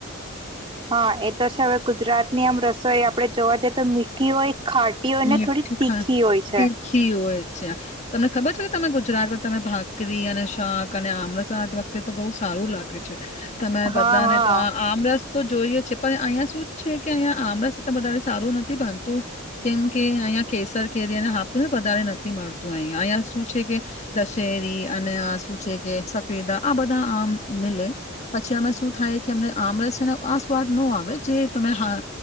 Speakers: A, on the right; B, on the left.
A: હા એ તો છે હવે ગુજરાતની આમ રસોઈ આપડે જોવા જઈએ તો મીઠી હોય. ખાટી હોય
B: મીઠી
A: ને થોડી તીખી
B: ખા
A: હોય છે.
B: તીખી હોય છે, તમને ખબર છે કે તમે ગુજરાતમાં તમે ભાકરી અને શાક અને આમળસાદ વખતે તો બહુ સારું લાગે છે. તમે
A: હા
B: બધાને
A: હા
B: તો આ આમરસ તો જોઈએ છે પણ અહિંયા શું જ છે કે અહિયા આમરસ વધારે સારું નથી ભનતું. કેમ કે અહીંયા કેસર કેરી અને હાપુ વધારે નથી મળતું અહીંયા. અહીંયા શું છે કે દશેરી અને શું છે કે સફેદા આ બધા આમ મિલે, પછી આમાં શું થાય કે અમને આમરસ ને આ સ્વાદ નો આવે જે તમે હા